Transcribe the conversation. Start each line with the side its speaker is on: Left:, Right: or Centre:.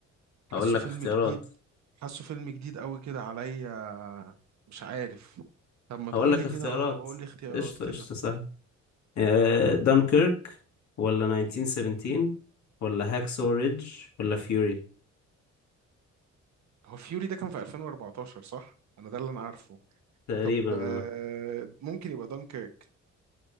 Left: هقول
Right: حاسه
Left: لك
Right: فيلم
Left: اختيارات
Right: جديد حاسه فيلم جديد قوي كده عليا مش عارف طب ما
Left: هقول
Right: تقول
Left: لك
Right: لي
Left: اختيارات
Right: كده اه قول لي اختيارات
Left: قشطة
Right: كده
Left: قشطة سهل آه، دانكيرك ولا 1917 ولا هاكسو ريدج ولا فيوري
Right: هو فيوري ده كان في 2014 صح انا ده اللي انا عارفه
Left: تقريبا
Right: طب
Left: اه
Right: آه، ممكن يبقى دانكيرك